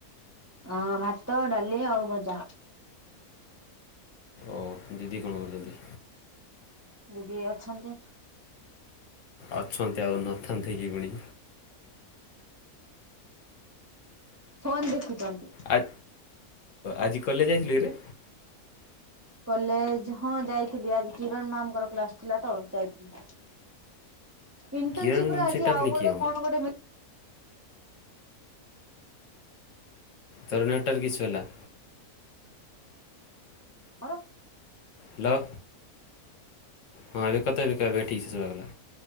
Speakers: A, on the right; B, on the left.
A: ଅଁ ଭାତ ଡ଼ାଲି ଆଉ ଭଜା।
B: ଓ ଦିଦି କଣ କରୁଚନ୍ତି?
A: ଦିଦି ଅଛନ୍ତି।
B: ଅଛନ୍ତି ଆଉ ନଥାନ୍ତ କି ପୁଣି
A: କଣ ଦେଖୁଛନ୍ତି?
B: ଆ ଆଜି କଲେଜ ଯାଇଥିଲ କିରେ
A: କଲେଜ ହଁ ଯାଇଥିଲି ଆଜି କିରଣ ମ୍ୟାାମଙ୍କର କ୍ଲାସ ଥିଲା ତ ଯାଇଥିଲି। ଇଣ୍ଟନସିପ
B: କିରଣ
A: ଆଜି
B: ସେଟା
A: ଆଉ
B: ପୁଣି
A: ଗୋଟେ
B: କିଏ ମ?
A: କଣ ଗୋଟେ
B: ତରନାଟଟର କିଛି ହେଲା।
A: ବର
B: ହ୍ୟାଲୋ ହଁ ଏବେ କତେ ଏବେ କ ଏବେ ଠିକ ସେ ସେ ଭଗଲା।